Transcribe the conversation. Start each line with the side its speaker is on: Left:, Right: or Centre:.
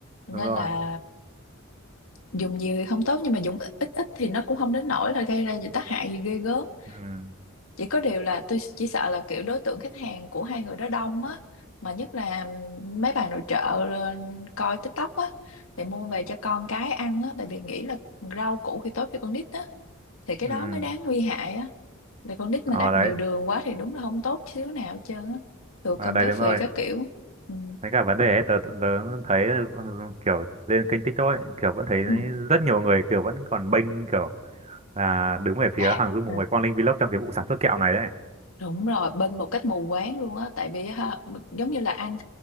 Left: nên
Right: đúng rồi.
Left: là dùng nhiều thì không tốt nhưng mà dùng ít ít ít thì nó cũng không đến nỗi là gây ra gì tác hại gì ghê gớm
Right: Ừ.
Left: chỉ có điều là tôi chỉ sợ là kiểu đối tượng khách hàng của hai người đó đông á mà nhất là mấy bà nội trợ ờ, coi TikTok á thì mua về cho con cái ăn á tại vì nghĩ là rau củ thì tốt cho con nít á thì cái
Right: Ừ.
Left: đó mới đáng nguy hại á là con nít
Right: Ờ
Left: mà nạp
Right: đấy,
Left: nhiều đường quá thì đúng là không tốt xíu nào hết trơn á thừa
Right: Ờ,
Left: cân
Right: đấy
Left: béo
Right: đúng
Left: phì
Right: rồi.
Left: các kiểu ừ.
Right: Với cả vấn đề ấy, tớ, tớ tớ thấy kiểu lên kênh TikTok ấy, kiểu vẫn thấy
Left: Ừ.
Right: rất nhiều người kiểu vẫn còn bênh kiểu là đứng về phía
Left: à
Right: hàng du mục với Quang Linh Vlog trong cái vụ sản xuất kẹo này đấy.
Left: đúng rồi bên một cách mù quáng luôn á tại vì ha, giống như là anh